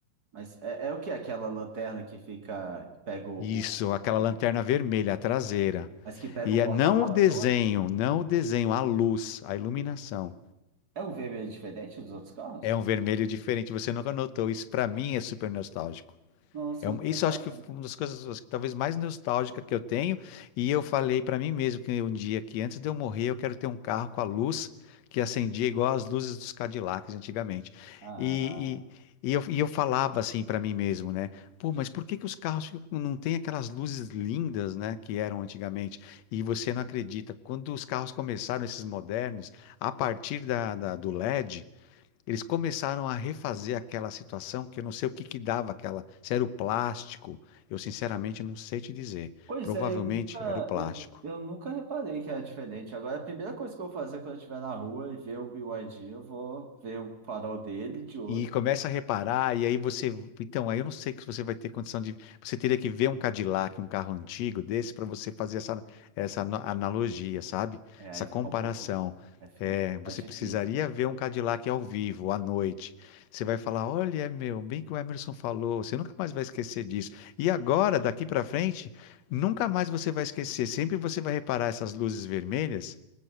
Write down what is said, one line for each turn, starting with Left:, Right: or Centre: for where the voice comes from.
Right: Mas é, é o que? Aquela lanterna que fica, que pega o,
Left: Isso, aquela
Right: o-
Left: lanterna
Right: o-
Left: vermelha, a traseira.
Right: mas que pega
Left: E
Right: o
Left: é-
Right: porta-mala
Left: não o desenho,
Right: todo?
Left: não o desenho, a luz, a iluminação.
Right: É um vermelho diferente dos outros carros?
Left: É um vermelho diferente. Você nunca notou. Isso para mim é super nostálgico.
Right: Nossa,
Left: É
Right: eu
Left: um-
Right: não
Left: isso
Right: reparei.
Left: eu acho que foi uma das coisas acho que talvez mais nostálgica que eu tenho. E eu falei pra mim mesmo que um dia que antes de eu morrer eu quero ter um carro com a luz que acendia igual as luzes dos Cadillacs antigamente.
Right: Ah,
Left: E, e, e eu, e eu falava assim pra mim mesmo, né? Pô, mas por que que os carros ficam- não têm aquelas luzes lindas, né, que eram antigamente? E você não acredita, quando os carros começaram, esses modernos, a partir da, da- do LED, eles começaram a refazer aquela situação que eu não sei o que que dava aquela. Se era o plástico, eu sinceramente não sei te dizer.
Right: pois
Left: Provavelmente
Right: é, eu nunca,
Left: era o plástico.
Right: eu, eu nunca reparei que era diferente. Agora, a primeira coisa que eu vou fazer quando eu estiver na rua e ver o BYD, eu vou ver o farol dele e de outro.
Left: E começa a reparar, e aí você. Então, aí eu não sei que você vai ter condição de. Você teria que ver um Cadillac, um carro antigo desse, para você fazer essa, essa ana- analogia, sabe?
Right: É, aí
Left: Essa
Right: fica
Left: comparação.
Right: um pouco, aí fica um
Left: É,
Right: pouco
Left: Você
Right: mais difícil,
Left: precisaria
Right: né?
Left: ver um Cadillac ao vivo, à noite. Você vai falar: olha, é meu, bem que o Emerson falou, você nunca mais vai esquecer disso. E agora, daqui para frente, nunca mais você vai esquecer. Sempre você vai reparar essas luzes vermelhas